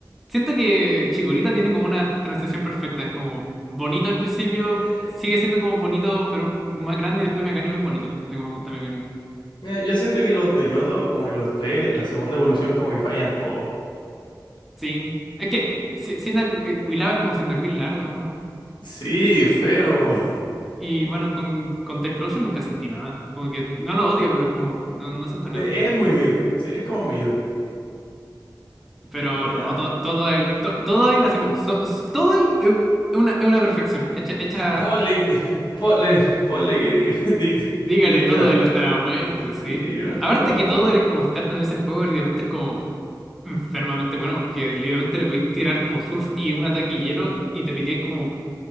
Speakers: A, in the centre; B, on the left.
A: Siento que Chikorita tiene como una transición perfecta. Es como bonito al principio,
B: Eh,
A: sigue siendo como bonito, pero más grande. Y después Meganium es bonito. Así como me gusta Meganium.
B: mira, yo siento que los de Yoto, como que los tres, la segunda evolución como que fallan todos.
A: Sí. Es que Si- Cyndaquil- eh,
B: Eh,
A: Quilava es como Cyndaquil largo
B: Sí, feo.
A: Y bueno, con, con Type Lotion nunca sentí nada. Como que no lo odio, pero es como, no, no siento nada
B: De-
A: por mi compadre.
B: es muy mid. Sí, es como mid.
A: Sí. Pero
B: Eh,
A: no,
B: ah,
A: to- todo él, to- todo él, así como, so- so- todo él es una, es una perfección. Hecha, hecha,
B: ponle, <laughs> ponle, ponle que diga, <laughs> di-
A: dígale
B: que diga.
A: todo él hasta la muerte, sí.
B: Sí, bueno,
A: Aparte
B: oh,
A: que todo él, como estar en ese juego, literalmente es como enfermamente bueno, porque literalmente le podéis tirar como surf y un ataque y hielo y te piteáis como